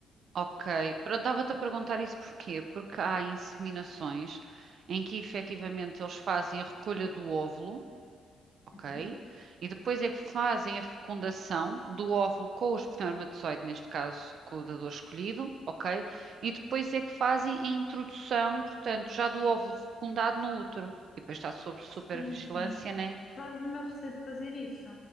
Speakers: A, on the right; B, on the left.
A: ok. Pronto, estava-te a perguntar isso porquê? Porque há inseminações em que efetivamente eles fazem a recolha do óvulo ok?
B: Uhum.
A: E depois é que fazem a fecundação do óvulo com o espermatozoide, neste caso com o dador escolhido, ok? E depois é que fazem a introdução, portanto, já do óvulo fecundado no útero. E depois está sob supervigilância,
B: Sim, sim.
A: né?
B: Sabes o meu receio de fazer isso?